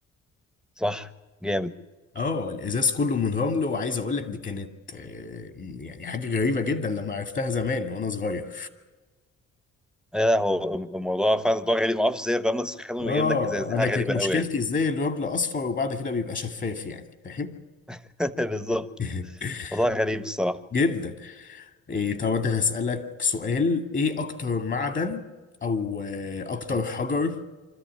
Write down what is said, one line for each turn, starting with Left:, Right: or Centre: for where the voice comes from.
Centre: صح جامد
Left: اه الازاز كله من رمل وعايز اقول لك دي كانت آه، يعني حاجه غريبه جدا لما عرفتها زمان وانا صغير
Centre: آه، هو الموضوع فعلا موضوع غريب ما اعرفش ازاي الرمله تسخنه
Left: اه
Centre: ويجيب لك ازاز دي
Left: انا
Centre: حاجه
Left: كانت
Centre: غريبه
Left: مشكلتي
Centre: قوي يعني
Left: ازاي الرمل اصفر وبعد كده بيبقى شفاف يعني فاهم
Centre: <laughs> بالظبط
Left: <laughs>
Centre: موضوع غريب الصراحه
Left: جدا إيه طب أنا هسألك سؤال إيه أكتر معدن أو آه، أكتر
Centre: مم.
Left: حجر